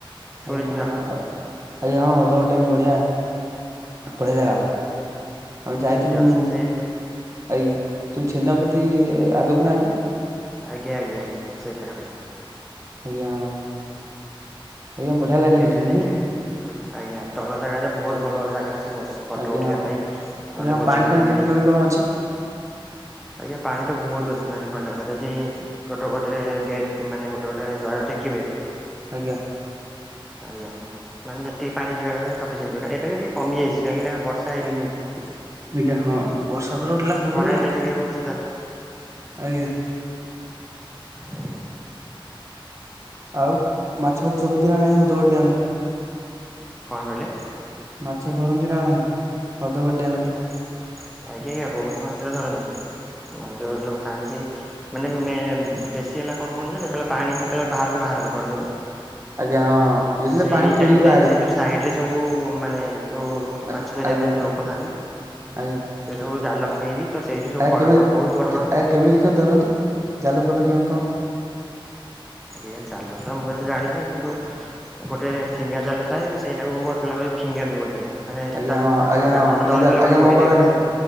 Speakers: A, in the centre; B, on the right.
A: ଶୁଣିଥିବେ
B: ଆଜ୍ଞା ହଁ
A: ଆପଣ
B: ଆଜ୍ଞା ହଁ ହଦଗଡ ଡ୍ୟାମ୍ ବଢିଆ। ବଢିଆ ଜାଗା।
A: ଆଜ୍ଞା
B: ଆମେ ଯାଇଥିଲୁ
A: ସେଇଠି ଅଛି ସେଇ
B: ଆଜ୍ଞା ଯୋଉ ଛେନା ପତି ଆଗକୁ ନା ଆଜ୍ଞା?
A: ଆଜ୍ଞା ଆଜ୍ଞା ସେଇ ପାଖାପାଖି।
B: ଆଜ୍ଞା ହଁ। ଆଜ୍ଞା ବଢିଆ
A: ସେଠିକ୍
B: ଲାଗେ ସେଠି
A: ଆଜ୍ଞା
B: ନୁହେଁ
A: ଦେଖିବେ। ଆଜ୍ଞା ତଳ ଜାଗାରେ ବହୁତ ଭଲ ଭଲ ଜାଗା ଅଛି ବସ ଫଟୋ
B: ଆଜ୍ଞା
A: ଉଠେଇବା ପାଇଁ। ନହେଲେ
B: ଆଜ୍ଞା
A: ଭୋଜି
B: ପାଣି
A: କରିବା
B: ଫାଣି କେତେ
A: ପାଇଁ
B: କେମିତି କଣ ଅଛି?
A: ଆଜ୍ଞା ପାଣି ତ ବହୁତ ମାନେ କହିଲେ ଯଦି ଗୋଟେ ଗୋଟେ ଗେଟ୍ ମାନେ ଗୋଟେ ଗୋଟେ ଦ୍ୱାରା ଟେକିବେ।
B: ଆଜ୍ଞା।
A: ଆଜ୍ଞା ମାନେ ଯେତିିକି ପାଣି ଯିବା କଥା ସଫିସିଣ୍ଟ ଯିବ। ଏବେ ଟିକେ କମିଯାଇଚି କାହିଁକି ନା ବର୍ଷ
B: ଆଜ୍ଞା ହଁ ବର୍ଷା ତ ଟୋଟାଲି
A: ହଁ
B: ହଉନି
A: ଖରାରେ ଟା
B: ଆଉ।
A: ଟିକେ ହଉଛି ତ
B: ଆଜ୍ଞା।
A: ଉଁ।
B: ଆଉ ମାଛ ଫାଛ ଧରନ୍ତି ନା ନାଇଁ ହଦଗଡ ଡ୍ୟାମ୍ ରେ?
A: କଣ କହିଲେ?
B: ମାଛ ଧରନ୍ତି ନା ନାହିଁ? ହଦଗଡ ଡ୍ୟାମ ରେ?
A: ଆଜ୍ଞା ଆଜ୍ଞା ବହୁତ ମାତ୍ରାରେ ଧରନ୍ତି। ଯୋଉ ଯ ଲୋକ ଥାନ୍ତି। ମାନେ ମେନ୍ ବେଶୀ ହେଲା କଣ କୁହନ୍ତି ନା ଯେତେବେଳେ ପାଣି ଯେତେବେଳେ ବାହାରକୁ ବାହାର କରଦେବେ।
B: ଆଜ୍ଞା ହଁ ହଁ। ଯେତେବେଳେ
A: ସେଇ
B: ପାଣି ପୁରିକି
A: ଟାଇମ ରେ
B: ବାହାରେ
A: ସେ ଯୋଉ ସାଇଡ ରେ ସବୁ ମାନେ ଯୋଉ
B: ଆ
A: ମାଛ ଧରିବା
B: ଆଜ୍ଞା
A: ପାଇଁ ଯୋଉ ଲୋକ ଥାଆନ୍ତି।
B: ଆଜ୍ଞା।
A: ସେ ସବୁ ଜାଲ ପକେଇକି ତ ସେଇଠୁ ସବୁ
B: ଆ
A: ବଡ
B: କେମିତି
A: ବଡ ବହୁତ ବଡ
B: କେ
A: ବଡ ମାଛ
B: ଆ କେମିତି ଧରନ୍ତି ଜାଲ ଫାଲ କେମିତି କଣ?
A: ଆଜ୍ଞା ଜାଲ ତ ମୁଁ ଏତେ ଜାଣିନି କିନ୍ତୁ ଗୋଟେ ଫିଙ୍ଗା ଜାଲ ଥାଏ। ସେଇଟାକୁ <unintelligible> ଲାଗ ଫିଙ୍ଗାନ୍ତି ବୋଧେ? ମାନେ
B: ଆଜ୍ଞା
A: ତା
B: ହଁ ଆଜ୍ଞା ହଁ
A: ଜାଲର
B: ଫିଙ୍ଗା
A: ତଳେ
B: ଜାଲ
A: ତଳେ
B: ଆଜ୍ଞା
A: ଗୋଟେ ଗୋଡି
B: ମୋ ପାଖରେ
A: ଟାଇପ ରେ ଥାଏ।